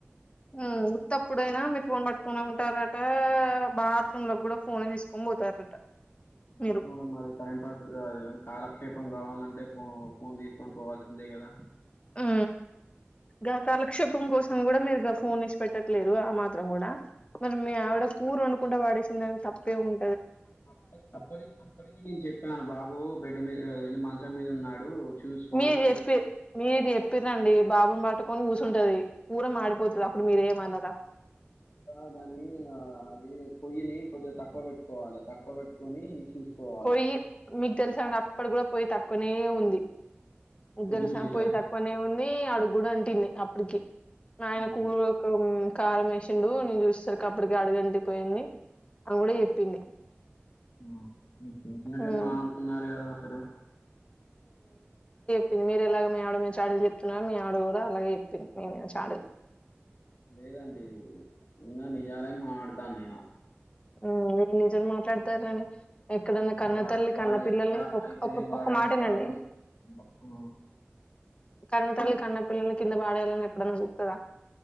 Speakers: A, on the left; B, on the left.
A: ఊ ఉత్తప్పుడైనా మీరు ఫోన్ పట్టుకోనే ఉంటారట బాత్రూమ్ లో కూడా ఫోనే తీసుకొని పోతారట
B: <unintelligible>
A: మీరు
B: మరి టైం పాస్ కాదేం కాల క్షేపం కావాలంటే ఫో ఫోన్ తీసుకోని పోవాల్సిందే కదా
A: ఊ గా కాలక్షేపం కోసం కూడా మీరు గా ఫోన్ ఇడిచి పెట్టట్లేరు ఆ మాత్రం కూడా మరి మీ ఆవిడ కూరొండుకుంటా వడేసిందని తప్పేం ఉం
B: అప్పు అప్పటికి అప్పటికీ నేను చెప్పాను బాబూ బెడ్డు <unintelligible> మంచం మీద ఉన్నాడు చూసుకో
A: మీరు
B: అని
A: చెప్పి మీరు చెప్పిర్రండి బాబుని పట్టుకొని కూసుంటది కూర మాడిపోతది అప్పుడు మీరేం అనరా
B: ఆ దాన్ని అది పొయ్యిని కొంచము తక్కువ పెట్టుకోవాలె తక్కువ పెట్టుకొని చూసుకోవాలి
A: పొయ్యి మీకు తెల్స అప్పడు కూడా పోయి తా కునే ఉంది క్
B: మీరు
A: తెల్సా
B: చూసిర్రా
A: పొయ్యి తక్కువనే ఉంది అడుగుడు అంటింది అప్పటికి మా ఆయనకు
B: ఉమ్,
A: ఒక రోగం కారం వేసిండు నేను చూసేసరికి అప్పటికి అడుగంటి పోయింది అని కూడా చెప్పింది
B: ఆ మీరు చూసేదే
A: ఉమ్,
B: మారుతున్నారు కదా హలో
A: చెప్పంది మీరు ఎలాగ మీ ఆవిడ మీద చాడలు చెప్తున్నారో మీ ఆవిడ కూడా అలాగే చెప్పింది మీ మీద చాడలు
B: లేదండి ఉన్న నిజాలే మాడతాను నేను
A: మ్మ్ మీరు నిజాలు మాట్లాడతారని ఎక్కడన్నా
B: ఆ
A: కన్న
B: వాడే
A: తల్లి
B: వాడే
A: కన్న పిల్లల్ని
B: వా
A: ఒక్
B: అయితే
A: ఒక
B: వాడే
A: ఒక్క మాటినండి.
B: వాడు ఆ
A: కన్నతల్లి కన్నపిల్లలకి కింద పాడేయాలని ఎప్పుడన్నా చుత్తద